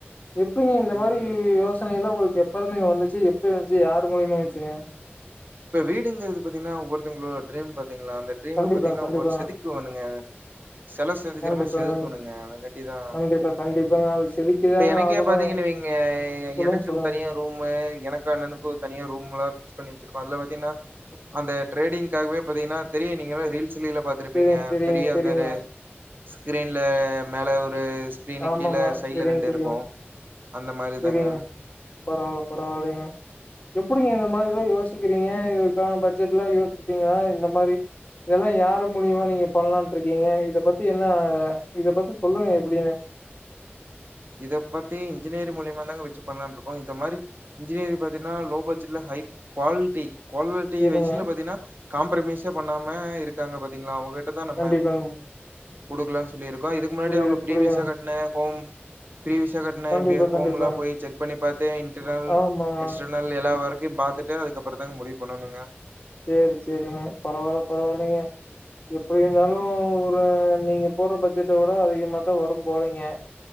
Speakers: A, on the left; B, on the right.
A: எப்டிங்க இந்த
B: ம்
A: மாரி யோசனைல்லா உங்ளுக்கு எப் எப்பருந்துங்க வந்துச்சு எப்டி வந்துச்சு யார் மூலிமா வஞ்சுங்க
B: இப்ப வீடுங்குறது பாத்தீங்ன்னா ஒவ்ஒருத்தவங்களோட டிரீம் பாத்தீங்களா அந்த டீரிம்
A: கண்டிப்பாங்க
B: பாத்தீங்கன்னா
A: கண்டிப்பாங்க
B: ஒரு செதுக்கு வாணுங்க செல செதுக்கிற
A: கண்டிப்பாங்க
B: மாரி செதுக்குவாணுங்க
A: கண்டி-
B: அதங்கட்டிதா
A: கண்டிப்பா கண்டிப்பாங்க அது செதுக்கிதாங்க
B: இப்ப எனக்கே
A: ஆகணு
B: பாத்தீங்கன் வை ஆ
A: சொல்லுங்க
B: எனக்குனு
A: சொல்லுங்க
B: தனியா ரூமு எனக்கு அண்ணனுக்கு தனியா ரூம்லா பிக்ஸ் பண்ணி அதுல பாத்தீங்னா அந்த டிரெடிங்காகவே பாத்தீங்னா தெரியு நீங்களு ரீல்ஸ்லில்லா பாத் திருப்பீங்க
A: தெரியு தெரியுங்க
B: பெரிய
A: தெரியுங்க
B: அந்த ரெ ஸ்கிரீன்ல மெல ஒரு ஸ்கிரீன்க்
A: ஆமாமா
B: கீழ சைட்ல
A: தெரியு
B: ரெண்டு
A: தெரியு
B: இருக்கு அந்த மாரி
A: தெரியுங்க
B: தாங்க
A: பரவால்ல பரவாலைங்க எப்டிங்க இந்த மாரில்லா யோசிக்கிறீங்க இதுக்கான பட்ஜெட்ல்லா யோசிச்ட்டீங்க இந்த மாரி இதெல்லா யாரு மூலியமா நீங்க பண்ணலான்ட்டு இருக்கீங்க இத பத்தி என்ன இத பத்தி சொல்லுங்க எப்டின்னு
B: இத பத்தி இன்ஜினியர் மூலியமா தாங்க வச்சு பண்லாண்டு இருக்கோ இந்த மாரி இன்ஜினியர் பாத்தீங்ன்னா லோ பட்ஜெட்ல ஹை குவாலிட்டி குவால்லிட்டி
A: செரிங்க
B: வய்ஸ்ல பாத்தீங்ன்னா காம்ப்ர்மைஸே பண்ணாம இருக்காங்க பாத்தீங்ளா அவங்கிட்ட நம்ம
A: கண்டிப்பாங்க
B: குடுக்கலான் சொல்லிருக்கோ இதுக்கு முன்னாடி
A: புரியுது
B: அவுங்க பீரிவியஸா
A: புரியுதுங்க
B: கட்ன ஹோம் ப்ரீவிசா கட்ன
A: கண்டிப்பா
B: வே ஹோம்லா
A: கண்டிப்பாங்க
B: போய் செக் பண்ணி பாத்தே இன்டனல்
A: ஆமாமா
B: எக்ஸ்டன் நல்ல நாள்ல எல்லா வொர்கையு பாத்துட்டு அதுக்கப்றோ தாங்க முடிவு பண்ணனுங்க
A: சேரி சேரிங்க பரவால்ல பரவால்லைங்க எப்டிருந்தாலு ஒரு நீங்க போற பட்ஜெட்ட கூட அதிகமா தா வரு போலைங்க